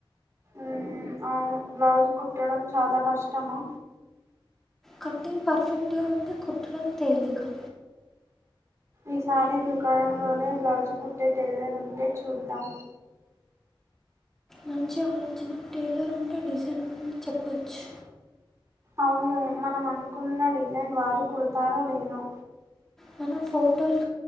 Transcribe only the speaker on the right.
ఉ అవును బ్లౌజ్ కుట్టడం చాలా కష్టమా
ఈసారి దుకాణంలోనే బ్లౌజు కుట్టే టైలర్ ఉంటే చూద్దాం
అవును మనం అనుకున్న డిజైన్ వారు కుడతారో లేదో